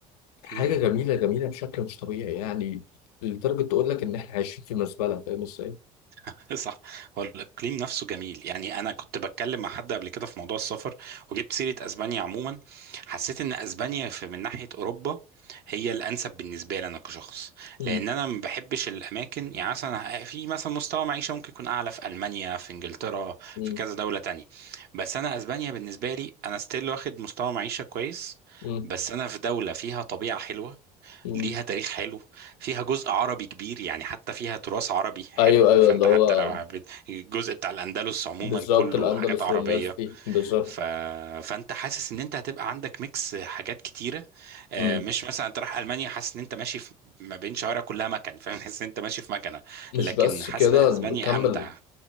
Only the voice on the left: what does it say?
حاجه
جميله جميله بشكل مش طبيعي يعني لدرجه تقول لك ان احنا عايشين في مزبله فاهم ازاي؟
مم.
مم.
مم.
مم.
ايوه
ايوه اللي هو
بالظبط
الأندلس
والناس دي بالظبط
مم.
مش
بس
كده
كمل